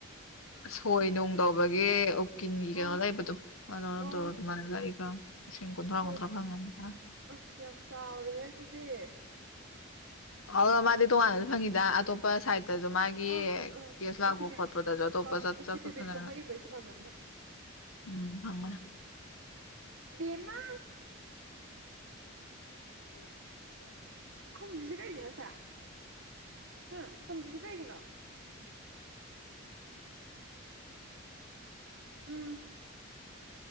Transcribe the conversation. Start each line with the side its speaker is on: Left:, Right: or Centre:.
Left: ꯁꯣꯏ ꯅꯨꯡ ꯇꯧꯕꯒꯤ ꯀꯤꯟꯒꯤ
Right: ꯑꯣ
Left: ꯀꯩꯅꯣ ꯂꯩꯕꯗꯨꯣ ꯑꯗꯨꯗꯣ
Right: ꯑꯣ
Left: ꯑꯗꯨꯃꯥꯏꯅ ꯂꯩꯒ꯭ꯔꯝ ꯂꯤꯁꯤꯡ ꯀꯨꯟꯊ꯭ꯔꯥ
Right: ꯇꯣꯂꯣ
Left: ꯀꯨꯟꯊ꯭ꯔꯥ ꯐꯪꯉꯦ ꯍꯥꯢꯕꯅꯦ
Right: ꯑꯁ ꯌꯥꯝ ꯆꯥꯎꯔꯦꯍꯦ ꯑꯗꯨꯗꯤ
Left: ꯑ ꯃꯥꯗꯤ ꯇꯣꯉꯥꯟꯅꯁꯨ ꯐꯪꯉꯤꯗ ꯑꯇꯣꯞꯄ ꯁꯥꯏꯠ ꯇꯖꯨ ꯃꯥꯒꯤ
Right: ꯑꯥ ꯑꯥ ꯑꯥ
Left: ꯀꯦꯁ ꯂꯥꯛꯄ
Right: ꯑꯦꯐꯤꯗꯦꯕꯤꯠ
Left: ꯈꯣꯠꯄꯗꯖꯨ ꯑꯇꯣꯞꯄ
Right: ꯑꯥ
Left: ꯆ
Right: ꯑꯦꯐꯤꯗꯦꯕꯤꯠꯀꯨꯝꯕ
Left: ꯆꯠꯄ ꯐꯖꯅ
Right: ꯏꯕꯩꯁꯨ ꯐꯪꯉꯝꯅꯤ
Left: ꯎꯝ ꯐꯪꯃꯅꯦ
Right: ꯕꯦꯝꯃ
Left: <inaudible>
Right: ꯈꯨꯝꯗꯔꯤꯖꯦ ꯀꯩꯒꯤꯅꯣ ꯁꯦ ꯈꯨꯝꯗ꯭ꯔꯤꯁꯦ ꯀꯩꯒꯤꯅꯣ ꯎꯝ